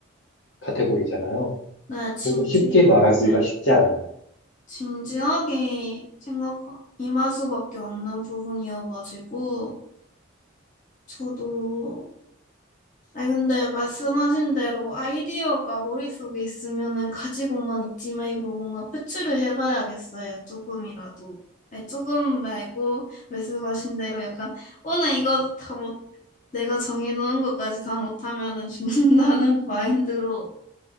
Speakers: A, on the left (about 60°); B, on the left (about 35°).
A: 카테고리잖아요.
B: 네, 진지.
A: 그래서 쉽게 말하기가
B: 네.
A: 쉽지 않아요.
B: 진지하게 생각 임할 수밖에 없는 부분이어가지고 저도 아니 근데 말씀하신 대로 아이디어가 머릿속에 있으면은 가지고만 있지 말고 뭔가 표출을 해봐야겠어요 조금이라도 아니 조금 말고 말씀하신 대로 약간 오늘 이거 다 못 내가 정해놓은 것까지 다 못하면은 죽는다는 <laughs> 마인드로